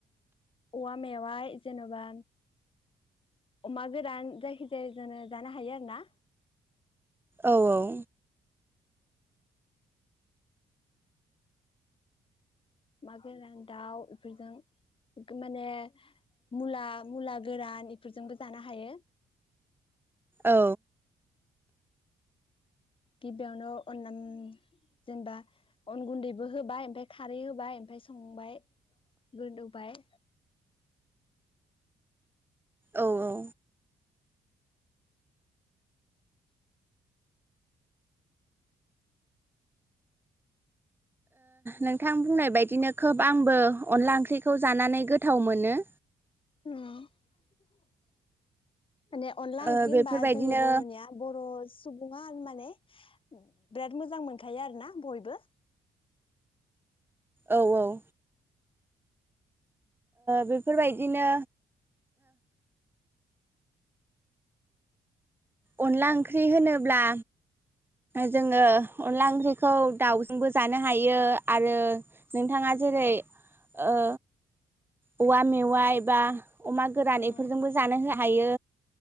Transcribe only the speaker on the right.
औ औ
औ
औ औ नोंथां बुंनाय बायदिनो खोब आंबो अनला ओंख्रिखौ जानानै गोथाव मोनो
ओ
बेफोरबायदिनो
औ औ बेफोरबायदिनो अनला ओंख्रि होनोब्ला जोङो अनला ओंख्रिखौ दाउजोंबो जानो हायो आरो नोंथाङा जेरै ओ औवा मेवाइ बा अमा गोरान
बेफोरजोंबो जानो हायो